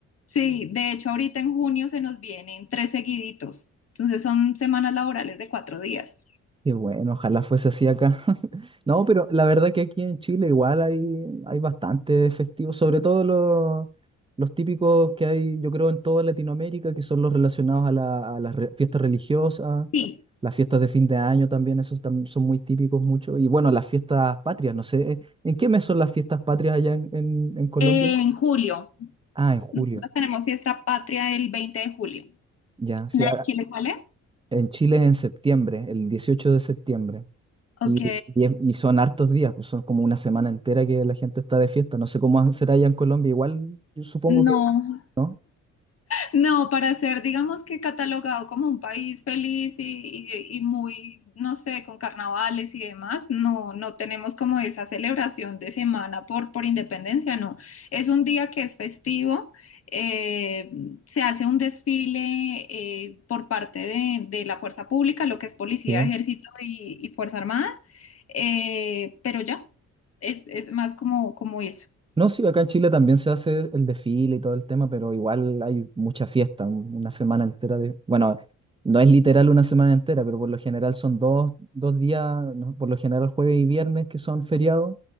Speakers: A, on the left; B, on the right.
A: Sí, de hecho ahorita en junio se nos vienen tres seguiditos, entonces son semanas laborales de cuatro días.
B: Qué bueno, ojalá fuese así acá. <laughs> No, pero la verdad que aquí en Chile igual hay, hay bastante festivos, sobre todo los, los típicos que hay, yo creo, en toda Latinoamérica, que son los relacionados a, la- a las re- fiestas religiosas,
A: Sí,
B: las fiestas de fin de año también, esos tam- son muy típicos mucho. Y bueno, las fiestas patrias, no sé, ¿en qué mes son las fiestas patrias allá en, en- en Colombia?
A: en julio.
B: Ah, en julio,
A: Nosotros tenemos fiesta patria el 20 de julio.
B: ya. Sí,
A: ¿La
B: a-
A: de Chile cuál es?
B: en Chile es en septiembre, el 18 de septiembre.
A: Ok.
B: Y, y, es- y son hartos días, pues son como una semana entera que la gente está de fiesta. No sé cómo será allá en Colombia, igual yo supongo
A: No,
B: que, ¿no?
A: No, para ser, digamos que catalogado como un país feliz y, y- y muy, no sé, con carnavales y demás, no, no tenemos como esa celebración de semana por, por independencia, no. Es un día que es festivo, eh, se hace un desfile eh, por parte de, de la fuerza pública, lo que es policía,
B: Sí.
A: ejército y, y fuerza armada, eh, pero ya, es, es más como, como eso.
B: No, sí, acá en Chile también se hace el desfile y todo el tema, pero igual hay mucha fiesta, un- una semana entera de... Bueno, no es literal una semana entera, pero por lo general son dos, dos días, ¿no? Por lo general jueves y viernes que son feriados,